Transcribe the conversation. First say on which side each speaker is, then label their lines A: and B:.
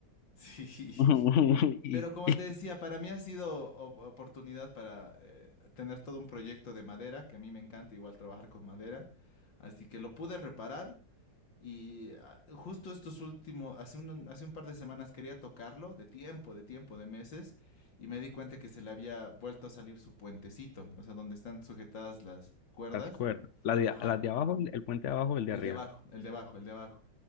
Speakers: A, on the left (about 85°); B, on the left (about 60°).
A: <laughs> Sí.
B: <laughs> Y,
A: Pero como
B: <laughs>
A: te decía, para mí ha sido op- oportunidad para eh, tener todo un proyecto de madera, que a mí me encanta igual trabajar con madera. Así que lo pude reparar y ah, justo estos últimos, hace un, hace un par de semanas quería tocarlo, de tiempo, de tiempo, de meses, y me di cuenta que se le había vuelto a salir su puentecito, o sea, donde están sujetadas las cuerdas.
B: las cuerdas. Las de,
A: Ajá.
B: las de abajo, el puente de abajo, el de
A: El
B: arriba.
A: de abajo, el de abajo, el de abajo.